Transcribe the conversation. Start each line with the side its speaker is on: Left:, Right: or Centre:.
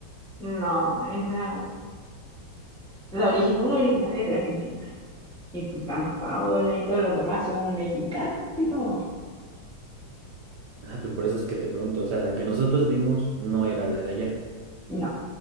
Centre: No, esa, la original, la original es de Argentina. Y pues Ana Paola y todos los demás son mexicanos. Digo,
Right: Ah, pues por eso es que te pregunto, o sea, la que nosotros vimos no era la de allá.
Centre: no.